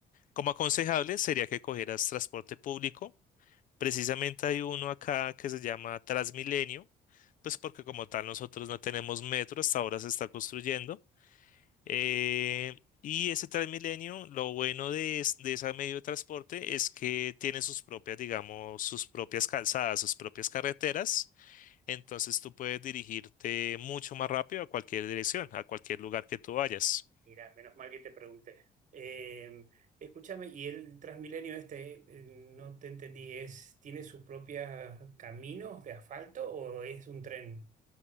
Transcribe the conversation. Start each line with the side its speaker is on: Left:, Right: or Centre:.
Left: como aconsejable sería que cogieras transporte público. Precisamente hay uno acá que se llama Transmilenio, pues porque como tal nosotros no tenemos metro, hasta ahora se está construyendo. Eh, y ese Transmilenio, lo bueno de, es- de ese medio de transporte es que tiene sus propias, digamos, sus propias calzadas, sus propias carreteras. Entonces tú puedes dirigirte mucho más rápido a cualquier dirección, a cualquier lugar que tú vayas.
Right: Mira, menos mal que te pregunté. Eh, escúchame, y el Transmilenio este, eh, no te entendí, es, ¿tiene sus propios caminos de asfalto o es un tren?